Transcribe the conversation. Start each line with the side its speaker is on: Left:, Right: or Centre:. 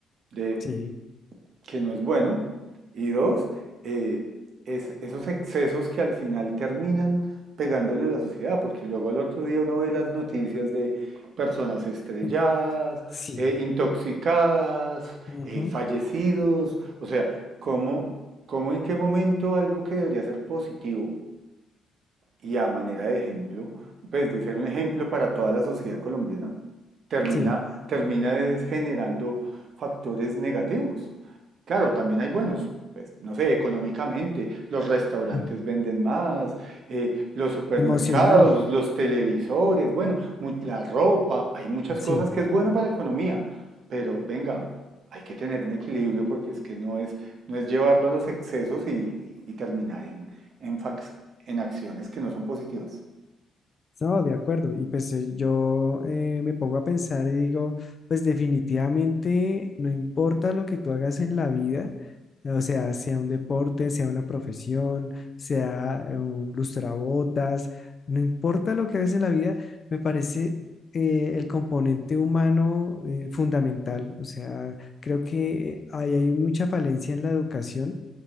Right: de
Left: Sí,
Right: que no es bueno. Y dos, eh, es, esos excesos que al final terminan pegándole a la sociedad, porque luego al otro día uno ve las noticias de personas estrelladas,
Left: <laughs> sí,
Right: eh, intoxicadas,
Left: ujú,
Right: eh, fallecidos, o sea, ¿cómo, cómo en qué momento algo que debería ser positivo y a manera de ejemplo, pues de ser un ejemplo para toda la sociedad colombiana, termina,
Left: sí,
Right: termina es generando factores negativos. Claro, también hay buenos, pues, no sé, económicamente, los restaurantes
Left: <clears throat> mm,
Right: venden más, eh, los supermercados,
Left: emocional,
Right: los televisores, bueno, mu- la ropa, hay muchas
Left: sí,
Right: cosas que es bueno para la economía, pero venga, hay que tener un equilibrio porque es que no es, no es llevarlo a los excesos y, y- y terminar en, en fac- en acciones que no son positivas.
Left: no, de acuerdo. Y pues eh, yo eh, me pongo a pensar y digo, pues definitivamente no importa lo que tú hagas en la vida, o sea, sea un deporte, sea una profesión, sea eh, un lustrabotas, no importa lo que hagas en la vida, me parece eh, el componente humano eh, fundamental. O sea, creo que eh, ahí hay mucha falencia en la educación